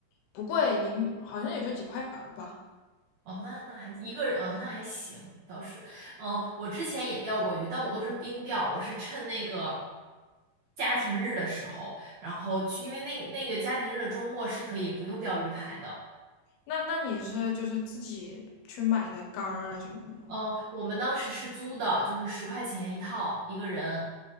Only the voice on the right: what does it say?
哦，那那还一个人，哦，那还行，倒是，哦，我之前也钓过鱼，但我都是冰钓，我是趁那个家庭日的时候，然后去，因为那那个家庭日的周末是可以不用钓鱼牌的。
嗯，我们当时是租的，就是十块钱一套一个人，